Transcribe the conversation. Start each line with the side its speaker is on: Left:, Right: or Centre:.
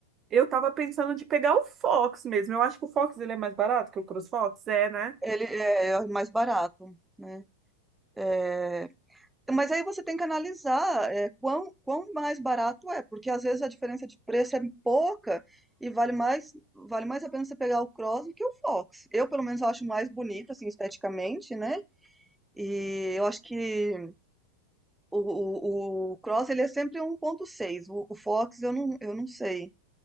Right: Eu tava pensando de pegar o Fox mesmo, eu acho que o Fox ele é mais barato que o CrossFox, é, né?
Centre: Ele é é mais barato, né? É, Mas aí você tem que analisar, eh, quão quão mais barato é, porque às vezes a diferença de preço é pouca e vale mais vale mais a pena você pegar o Cross do que o Fox. Eu, pelo menos, acho mais bonito, assim, esteticamente, né? E eu acho que o, o, o Cross, ele é sempre um 1.6. O, o Fox, eu não, eu não sei,